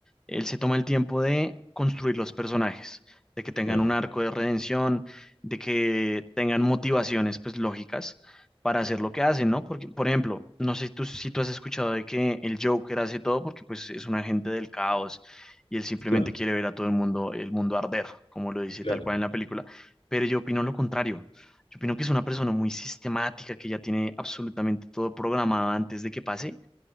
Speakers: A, in the centre; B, on the left.
A: Él se toma el tiempo de construir los personajes, de que tengan
B: Claro,
A: un arco de redención, de que tengan motivaciones pues lógicas para hacer lo que hacen, ¿no? Porque, por ejemplo, no sé si tú, si tú has escuchado de que el Joker hace todo porque pues es un agente del caos y él simplemente
B: claro,
A: quiere ver a todo el mundo, el mundo arder, como lo dice
B: claro.
A: tal cual en la película, pero yo opino lo contrario. Yo opino que es una persona muy sistemática, que ya tiene absolutamente todo programado antes de que pase